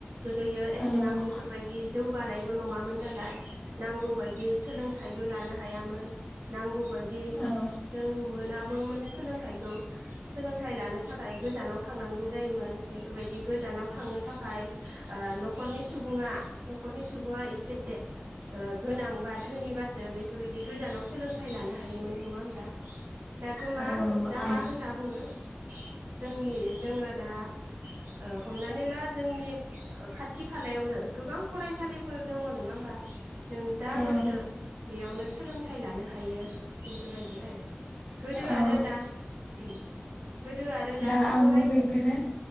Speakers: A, on the right; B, on the left.
A: गोदोयो एसेबां
B: औ आं
A: बेफोरबायदि जौगानायबो नङामोन नालाय नांगौबायदि सोलोंथाइबो लानो हायामोन नांगौबायदि
B: औ
A: जों मोनाबोमोन सोलोंथाइखौ सोलोंथाइ लानो थाखाय गोजानाव थांनांगौ जायोमोन बेफोरबायदि गोजानाव थांनो थाखाय ओ न'खरनि सुबुङा न'खरनि सुबुङा एसे ओ गोनां बा धोनिबासो बेफोरबायदि गोजानाव सोलोंथाइ लानो हायोमोन नङा होमब्ला दाथ' मा
B: औ औ
A: दा
B: आं
A: मा बुङो जोंनि जोङो दा ओ हमनानै ला जोंनि खाथि खालायावनो गोबां फरायसालिफोर दङ नङा होमबा नों जा
B: औ
A: गोसो बेयावनो सोलोंथाइ लानो हायो बेफोरबायदि आरो गोदो
B: औ
A: आरो दा उम गोदो आरो दानिखौ
B: दा आंबो
A: नाय
B: बेखौनो